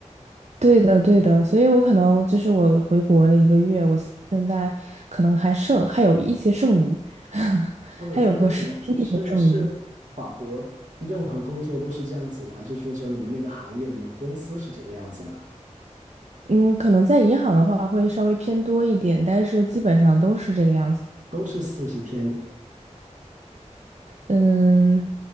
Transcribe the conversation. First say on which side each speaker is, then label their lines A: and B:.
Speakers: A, on the right; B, on the right.
A: 对的，对的，所以我可能就是我回国了一个月，我现在可能还剩还有一些剩余，<laughs>
B: 我的天，
A: 还有个十七天的剩余。
B: 为什么是是法国任何工作都是这样子呢？还是说只有你们那个行业、你们公司是这个样子呢？
A: 嗯，可能在银行的话会稍微偏多一点，但是基本上都是这个样子。
B: 都是四十天，
A: 嗯，